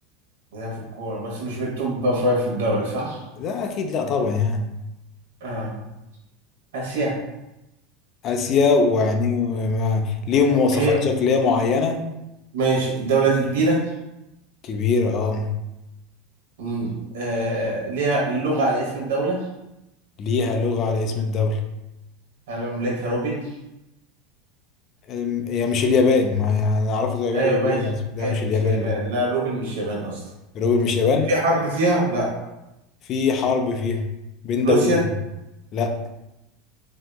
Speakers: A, on the right; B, on the left.
A: لعب في الكورة بس مش بالتوب فايف في الدوري صح؟
B: لا أكيد لا طبعا يعني
A: آه. آسيا
B: آسيا وعينيهم ما- ليهم مواصفات
A: هي
B: شكلية معينة
A: ماشي الدولة دي كبيرة
B: كبيرة اه
A: مم. آه. ليها اللغة على اسم الدولة
B: ليها لغة على اسم الدولة
A: هل عملتها روبل؟
B: أم، هي مش اليابان ما أنا أعرفه زي
A: أيوة
B: روبل
A: ماشي
B: لبنان لا
A: ماشي
B: مش اليابان
A: مش اليابان
B: لا
A: لا روبل مش يابان أصلا
B: روبل مش يابان
A: في حرب فيها؟ لا
B: في حرب فيها بين دولتين
A: روسيا
B: لا